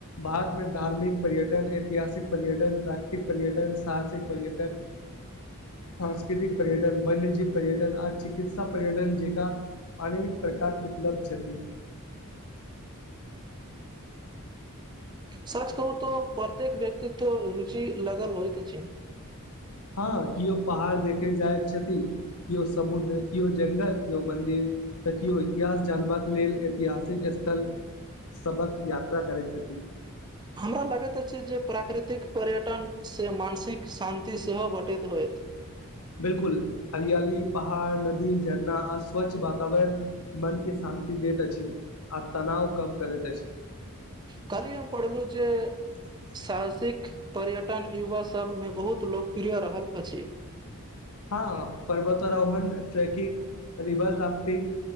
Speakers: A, on the left (about 85°); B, on the right (about 20°).
A: भारतमे धार्मिक पर्यटन ऐतिहासिक पर्यटन प्राकृतिक पर्यटन साहसिक पर्यटन
B: <inaudible>
A: सांस्कृतिक पर्यटन वन्यजीव पर्यटन आ चिकित्सा पर्यटन जेकां अनेक प्रकार उपलब्ध छति
B: सच कहू त प्रत्येक व्यक्ततित रुचि लगल होइतइत छै
A: हँ केओ पहाड़ देखे जाय छथि केओ समुद्र केओ जंगल केओ मंदिर तकियौ इतिहास जानबाक लेल ऐतिहासिक स्थल सभक यात्रा करै छथि
B: हमरा लगैत अछि जे प्राकृतिक पर्यटन से मानसिक शान्ति सेहो भेटैत होय <inaudible>
A: बिलकुल हरियाली पहाड़ नदी झरना आ स्वच्छ वातावरण मनके शा न्ति देत अछि आ तनााव कम करैत अछि
B: काल्हि हम पढ़लहुं जे साहसिक पर्यटन युवासभमे बहुत लोकप्रिय रहल अछि
A: हँ पर्वतारोहण trekking river rafting